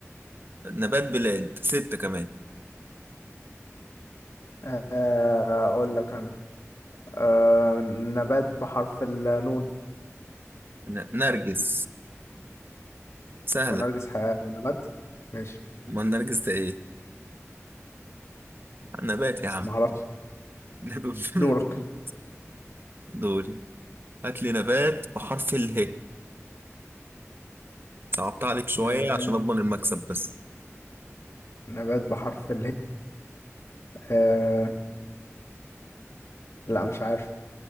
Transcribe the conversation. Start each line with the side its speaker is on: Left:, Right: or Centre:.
Right: نبات بلاد ستة كمان
Left: آه، اقول لك انا أه نبات بحرف النون
Right: ن- نرجس سهلة
Left: هو نرجس حياة نبات ماشي
Right: ما النرجس ده ايه نبات يا عم
Left: ما اعرفش
Right: <laughs>
Left: دورك
Right: دول هات لي نبات بحرف اله صعبت عليك شوية
Left: نبات
Right: عشان أضمن المكسب بس
Left: نبات بحرف اله لا مش عارف